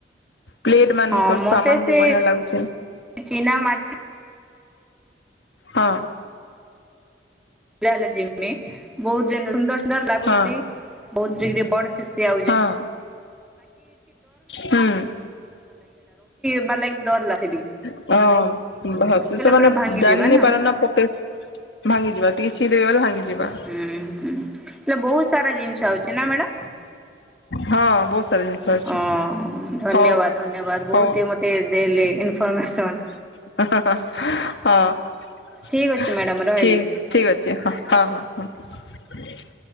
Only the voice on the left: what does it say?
ପ୍ଲେଟ୍ ମାନଙ୍କର
ସାମାନ୍
ବି ବଢିଆ ଲାଗୁଛି।
ହଁ।
ହଁ
ହଁ ହୁଁ
<unintelligible> ପକେ ଭାଙ୍ଗି
ଯିବା
ଟିକେ
ଛିଦେବା ବଲେ ଭାଙ୍ଗି ଯିବା।
ହଁ ବହୁତ ସାରା ଜିନିଷ ଅଛି
ହଉ
ହଉ
ହଁ ଠି ଠିକ୍ ଅଛି
ହଁ
ହଁ ହଁ ହଁ।